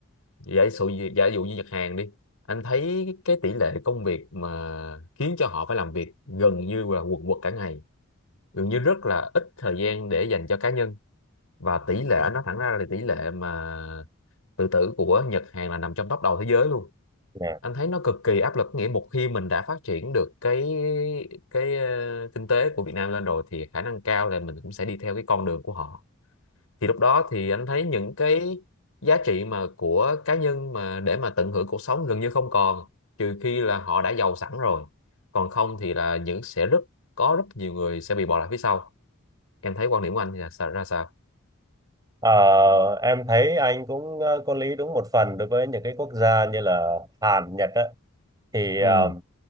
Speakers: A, on the left; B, on the right.
A: giả dụ giả dụ như Nhật Hàn đi anh thấy cái tỷ lệ công việc mà khiến cho họ phải làm việc gần như là quần quật cả ngày gần như rất là ít thời gian để dành cho cá nhân và tỷ lệ anh nói thẳng ra là tỷ lệ mà tự tử của Nhật Hàn là nằm trong top đầu thế giới luôn
B: Dạ.
A: anh thấy nó cực kỳ áp lực nghĩa một khi mình đã phát triển được cái cái ờ, kinh tế của Việt Nam lên rồi thì khả năng cao là mình cũng sẽ đi theo cái con đường của họ thì lúc đó thì anh thấy những cái giá trị mà của cá nhân mà để mà tận hưởng cuộc sống gần như không còn trừ khi là họ đã giàu sẵn rồi còn không thì là những sẽ rất có rất nhiều người sẽ bị bỏ lại phía sau em thấy quan điểm của anh thì là sao, ra sao
B: Ờ, em thấy anh cũng ờ, có lý đúng một phần đối với những cái quốc gia như là Hàn, Nhật á thì
A: ừ
B: ờ,